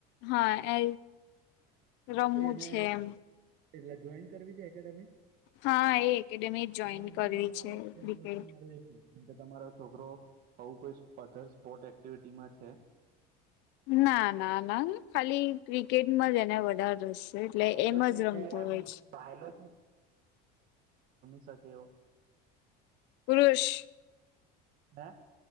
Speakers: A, on the left; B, on the right.
A: હા એ રમવું
B: પહીં એને
A: છે એમ
B: એટલે જોયીન કરવી તી એકેડેમી
A: હા એ એકેડેમી જોઈન
B: હવે મેડમ
A: કરવી છે
B: પેલા
A: ક્રિકેટ
B: તો મારે એક કમકે તમારો છોકરો આવું કોઈ અધર સ્પોર્ટ એક્ટિવિટીમાં છે
A: ના ના ના ખાલી ક્રિકેટમાં જ એને વધારે રસ છે એટલે
B: બાયલો
A: એમ
B: છે
A: જ રમતો
B: કે
A: હોય છે
B: <unintelligible> રમી શકે એવો
A: પુરુષ
B: હે